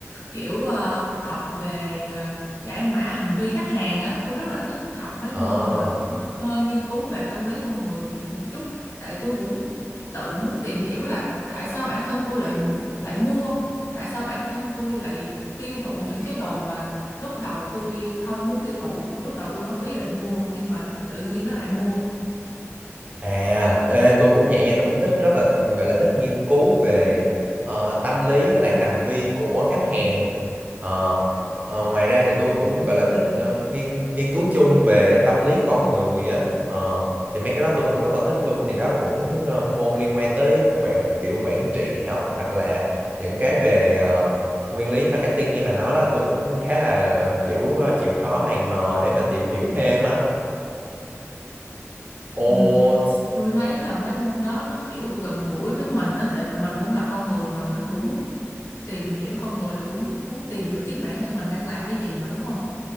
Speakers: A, on the left; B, on the right.
A: kiểu ờ, học về ờ, giải mã hành vi khách hàng á tôi rất là thích học mấy
B: Ờ.
A: môn mà hơi nghiên cứu về tâm lý con người một chút tại tôi cũng tự muốn tìm hiểu là tại sao bản thân tôi lại lại mua tại sao bản thân tôi lại tiêu thụ những cái đồ mà lúc đầu tôi không muốn tiêu thụ lúc đầu tôi không có ý định mua nhưng mà tự nhiên nó lại mua
B: À, ê, tôi cũng vậy nha, tôi cũng thích rất là gọi là thích nghiên cứu về ờ, tâm lý với lại hành vi của khách hàng. Ờ, ờ, ngoài ra thì tôi cũng gọi là thích ờ, nghiên nghiên cứu chung về tâm lý con người á. Ờ, thì mấy cái đó tôi cũng rất là thích luôn. Thì đó cũng ờ, môn liên quan tới quản kiểu quản trị học hoặc là những cái về ờ, nguyên lý marketing như bạn nói là tôi cũng khá là kiểu ờ, chịu khó mày mò để mà tìm hiểu thêm á. Ồ,
A: ừ, tôi thấy là mấy môn đó nó kiểu gần gũi với mình á tại vì mình cũng là con người mà mình cũng muốn tìm hiểu con người là cũng muốn tìm hiểu chính bản thân mình đang làm cái gì mà đúng không